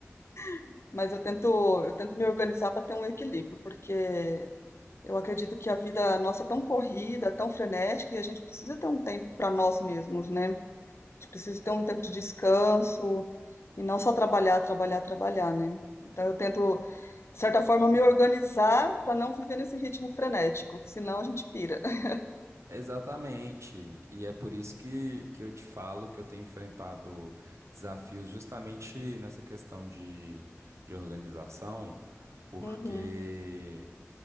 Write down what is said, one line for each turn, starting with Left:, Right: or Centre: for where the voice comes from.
Left: <laughs> mas eu tento, eu tento me organizar para ter um equilíbrio, porque Eu acredito que a vida nossa é tão corrida, tão frenética, e a gente precisa ter um tempo para nós mesmos, né? A gente precisa ter um tempo de descanso e não só trabalhar, trabalhar, trabalhar, né? Então eu tento, de certa forma, me organizar para não viver nesse ritmo frenético, senão a gente pira. <laughs>
Right: Exatamente. E é por isso que, que eu te falo que eu tenho enfrentado desafios justamente nessa questão de, de organização, porque,
Left: Uhum.